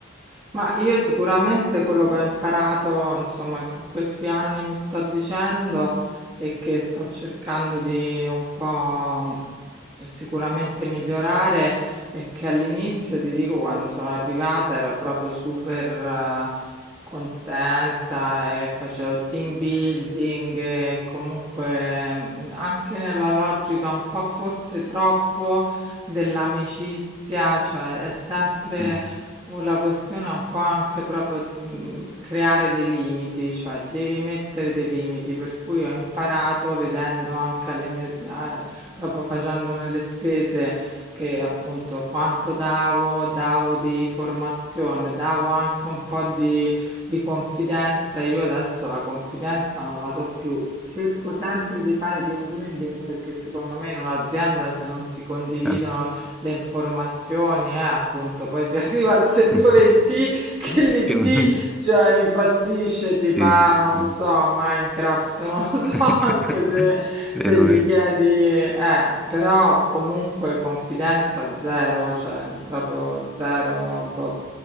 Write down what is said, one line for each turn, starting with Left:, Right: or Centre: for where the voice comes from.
Right: Ma io sicuramente quello che ho imparato, insomma, in que- questi anni mi sto dicendo e che sto cercando di un po' mh, sicuramente migliorare è che all'inizio, ti dico, quando sono arrivata ero proprio super eh, contenta e facevo team building e comunque mh, anche nella logica un po' forse troppo dell'amicizia, cioè è sempre
Centre: Mm.
Right: la questione è un po' anche proprio mh, creare dei limiti, cioè devi mettere dei limiti, per cui ho imparato vedendo anche alle mie, a- proprio facendone le spese, che appunto quanto davo, davo di formazione, davo anche un po' di, di confidenza, io adesso la confidenza non la do più. Cerco sempre di fare team building perché secondo me in un'azienda se non si condividono
Centre: Certo.
Right: le informazioni, eh, appunto, poi si <laughs> arriva al settore
Centre: <laughs>
Right: IT che l'IT,
Centre: Che non-
Right: cioè, impazzisce, ti fa,
Centre: Sì, sì,
Right: non
Centre: sì.
Right: lo so, Minecraft, <laughs> non lo
Centre: <laughs>
Right: so, anche se,
Centre: Vero,
Right: se gli
Centre: vero.
Right: chiedi, eh, però comunque confidenza zero, cioè, proprio zero, boh,